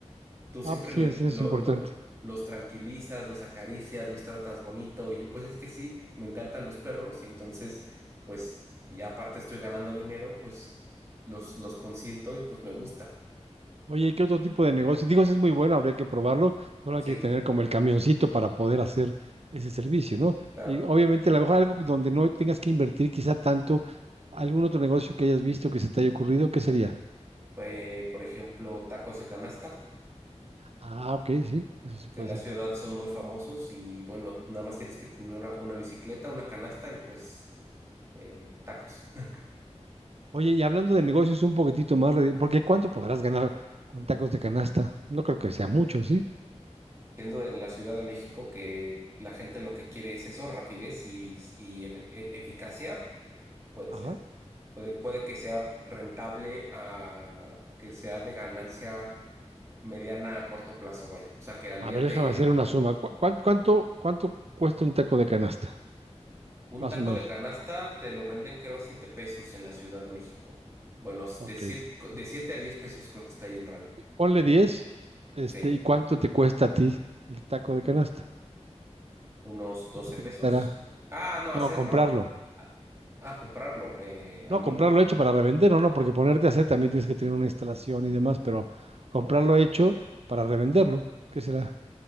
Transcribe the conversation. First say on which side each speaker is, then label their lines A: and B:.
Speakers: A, on the right (about 25°); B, on the right (about 60°).
A: tú
B: Ah,
A: siempre
B: pues sí,
A: le-
B: sí, eso
A: lo,
B: es importante.
A: lo- los tranquilizas, los acaricias, los tratas bonito. Y yo, pues es que sí, me encantan los perros y entonces, pues, y aparte estoy ganando dinero, pues los, los consiento y pues me gusta.
B: Oye, ¿y qué otro tipo de negocio? Digo, ese es muy bueno, habría que probarlo, solo
A: Sí,
B: hay que tener como el camioncito para poder hacer ese servicio, ¿no?
A: claro.
B: Y obviamente, a lo mejor algo donde no tengas que invertir quizá tanto, algún otro negocio que hayas visto que se te haya ocurrido, ¿qué sería?
A: Eh, por ejemplo, tacos de canasta,
B: Ah, ok, sí, eso sí puede
A: que en la
B: ser
A: ciudad
B: tal.
A: son muy famosos y bueno, nada más tienes que tener una, una bicicleta, una canasta y pues eh, tacos. <laughs>
B: Oye, y hablando de negocios un poquitito más, re- porque ¿cuánto podrás ganar con tacos de canasta? No creo que sea mucho, ¿sí?
A: Siendo en la Ciudad de México que la gente lo que quiere es eso, rapidez y, y efe- e- eficacia, Puede
B: Ajá.
A: ser. Puede, puede que sea rentable a que sea de ganancia mediana a corto plazo, vaya. O sea, que al
B: A
A: día
B: ver, déjame
A: te...
B: hacer una suma. ¿Cu- cuán- cuánto, cuánto cuesta un taco de canasta?
A: Un
B: Más
A: taco
B: o menos.
A: de canasta te lo venden creo a 7 pesos en la Ciudad de México. Bueno, s-
B: Ok.
A: de siete de siete a 10 pesos creo que está ahí el rango.
B: Ponle diez, este,
A: Sí,
B: ¿y cuánto te cuesta a ti el taco de canasta?
A: unos 12
B: ¿Cuánto te
A: pesos.
B: costará?
A: Ah, no,
B: No,
A: hacerlo.
B: comprarlo.
A: Ah, ah, comprarlo. Eh,
B: No,
A: a mí
B: comprarlo
A: me
B: hecho para revender o no, porque ponerte a hacer también tienes que tener una instalación y demás, pero comprarlo hecho para revenderlo, ¿qué será?